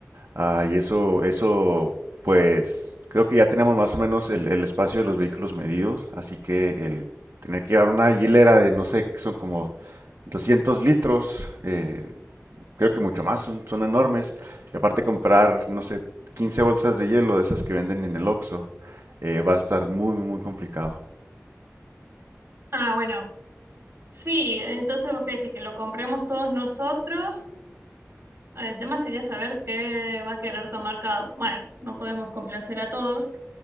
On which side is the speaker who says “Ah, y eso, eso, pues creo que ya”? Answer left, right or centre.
Right